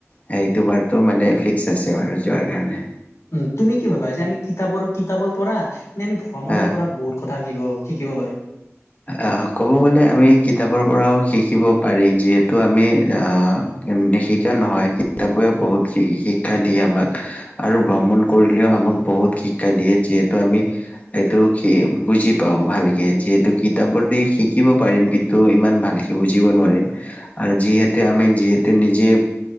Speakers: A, on the left; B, on the left.
A: সেইটো বাৰো মানে ফিক্স আছে আৰু যোৱাৰ কাৰণে
B: উম তুমি কি ভাবা যে আমি কিতাপৰ কিতাপৰ পৰা নে আমি ভ্ৰমণৰ
A: হা
B: পৰা বহুত কথা শাকিব শিকিব বাৰু
A: আহ ক'ব গ'লে আমি কিতাপৰ পৰাও শিকিব পাৰি যিহেতু আমি আহ শিকা নহয় কিতাপেও বহুত শিক্ষা দিয়ে আমাক আৰু ভ্ৰমণ কৰিলেও আক আক বহুত শিক্ষা দিয়ে যিহেতু আমি এইটো বুজি পাওঁ ভালকে যিহেতু কিতাপ প শিকিব পাৰিম কিন্তু ইমান ভালকে বুজিব নোৱাৰিম আৰু যিহেতু আমি যিহেতু নিজে